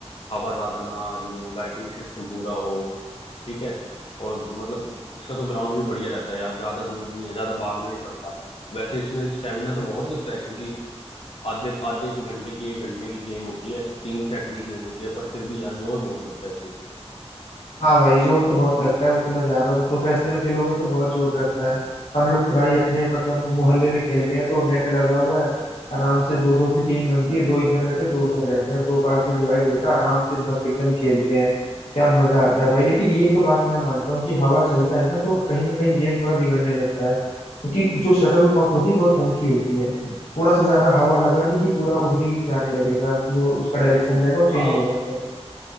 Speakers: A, on the left; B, on the left.
A: हवा ज्यादा ना आ रही हो लाइटिंग सिस्टम पूरा हो ठीक है और मतलब इसका तो ग्राउंड भी बढ़िया रहता है यार ज्यादा दूर नहीं है ज्यादा भागना नहीं पड़ता वैसे इसमें स्टेमिना तो बहुत लगता है क्योंकि आधे आधे एक घंटे की एक घंटे की गेम होती है तीन सेट की गेम होती है पर फिर भी यार जोर बहुत लगता है इसमें
B: हाँ भाई जोर तो बहुत लगता है वो तो मैं जान रहा हूँ प्रोफेशनल खेलोगे तो बहुत जोर लगता है हम लोग तो भाई अपने मतलब मोहल्ले में खेलते हैं तो नेट लगा हुआ है आराम से दो दो की टीम बनती है दो इधर रहते हैं दो उधर रहते हैं दो पार्ट में डिवाइड होता है आराम से मस्त एकदम खेलते हैं क्या मजा आता है भाई लेकिन ये तो बात मैं मानता हूँ कि हवा चलता है ना तो कहीं ना कहीं गेम थोड़ा बिगड़ने लगता है क्योंकि जो शटल कॉक होती है बहुत हल्की होती है थोड़ा सा ज्यादा हवा लगा नहीं कि पूरा उधर ही जाने लगेगा जो उसका डायरेक्शन रहेगा वो चेंज
A: हाँ
B: हो जाता है